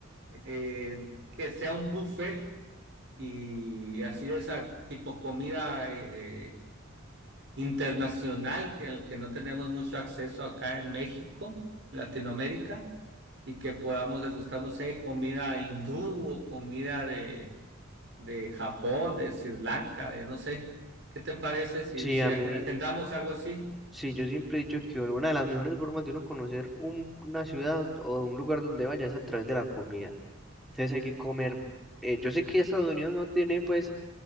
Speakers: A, on the right; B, in the centre.
A: eh, que sea un buffet y así de esa tipo comida. eh, internacional que al que no tenemos mucho acceso acá en México, Latinoamérica, y que podamos degustar, no sé, comida hindú o comida de, de Japón, de Sri Lanka, de no sé. ¿Qué te parece si,
B: Sí,
A: si
B: a
A: ag-
B: mí,
A: agendamos algo así?
B: sí, yo siempre he dicho que una de las mejores formas de uno conocer un- una ciudad o un lugar donde vayas es a través de la comida. Entonces hay que comer. eh, yo sé que Estados Unidos no tiene, pues,